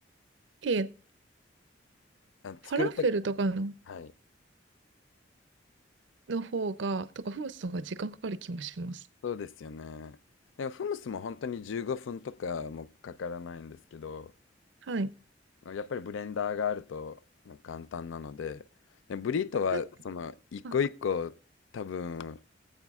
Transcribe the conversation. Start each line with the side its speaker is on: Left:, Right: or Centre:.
Right: え、
Left: あ、作るとき、
Right: ファラフェルとかの
Left: はい。
Right: の方が、とか、フムスの方が時間かかる気もします。
Left: そうですよね。でもフムスも本当に15分とかもかからないんですけど、
Right: はい。
Left: やっぱりブレンダーがあると簡単なので、でブリートはその一個一個多分
Right: え、あ、